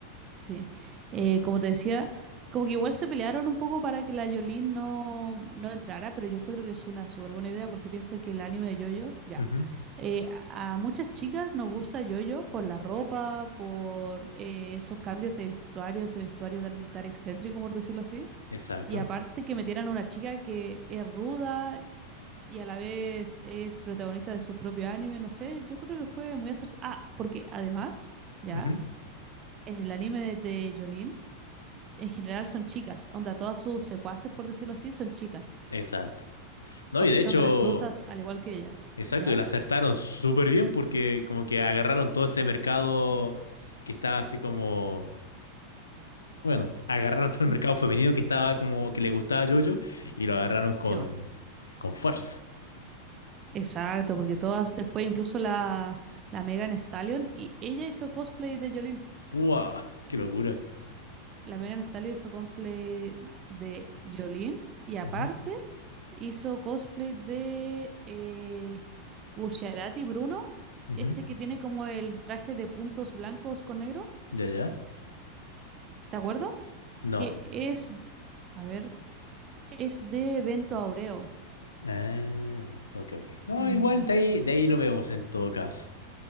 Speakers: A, on the right; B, on the left.
A: Sí, Eh, como te decía, como que igual se pelearon un poco para que la Yolene no, no entrara, pero yo encuentro que es una súper buena idea porque piensa que el anime de JoJo, ya,
B: Ujú,
A: eh, a a muchas chicas nos gusta JoJo por la ropa, por eh, esos cambios de vestuario, ese vestuario tan, tan excéntrico, por decirlo así,
B: Exacto,
A: y aparte que metieran a una chica que es ruda y a la vez es protagonista de su propio anime, no sé, yo creo que fue muy acertado. Ah, porque además, ya,
B: ujú,
A: en el anime de, de Yolene, en general son chicas, onda, todas sus secuaces, por decirlo así, son chicas,
B: Exacto. No,
A: porque
B: y de
A: son
B: hecho,
A: reclusas al igual que ella,
B: exacto,
A: ¿ya?
B: y la acertaron súper bien porque como que agarraron todo ese mercado que está así como bueno, agarraron todo el
A: Mm.
B: mercado femenino que estaba como que le gustaba a JoJo y lo agarraron con,
A: Chevo.
B: con fuerza.
A: Exacto, porque todas, después incluso la, la Megan Stallion, y ella hizo cosplay de Jolene.
B: ¡Wow! ¡Qué locura!
A: La Megan Stallion hizo cosplay de Jolene, y aparte
B: Ujú,
A: hizo cosplay de eh, Bucciarati Bruno,
B: ujú.
A: este que tiene como el traje de puntos blancos con negro,
B: ¿Ya, ya?
A: ¿te acuerdas?
B: No.
A: Que es, a ver. Es de Evento Aureo.
B: Ah, ok, ok. No,
A: Mm,
B: igual de ahí, de ahí lo vemos en todo caso.